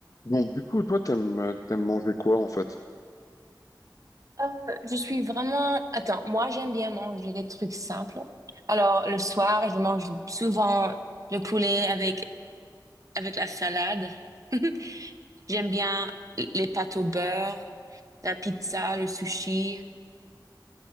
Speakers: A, on the left; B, on the right.
A: Donc du coup, toi, t'aimes t'aimes manger quoi en fait?
B: Euh, je suis vraiment... Attends, moi j'aime bien manger des trucs simples. Alors le soir, je mange souvent le poulet avec, avec la salade. <laughs> J'aime bien les pâtes au beurre, la pizza, le sushi.